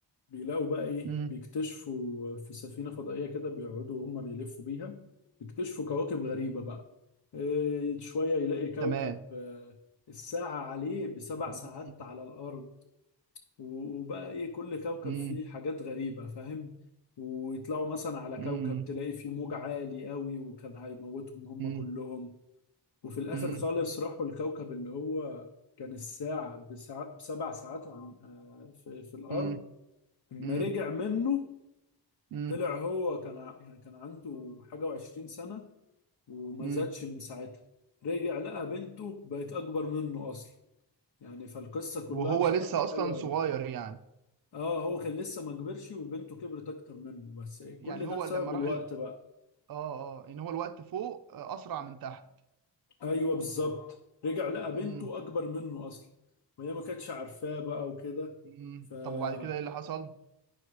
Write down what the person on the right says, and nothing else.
مم.
تمام
مم،
مم،
مم،
مم،
مم،
مم،
مم،
مم،
مم.
وهو
لسه اصلا
صغير
يعني
يعني
هو
لما راح
ال...
اه اه ان هو الوقت فوق آه، اسرع من تحت
مم،
مم.
طب وبعد كده ايه اللي حصل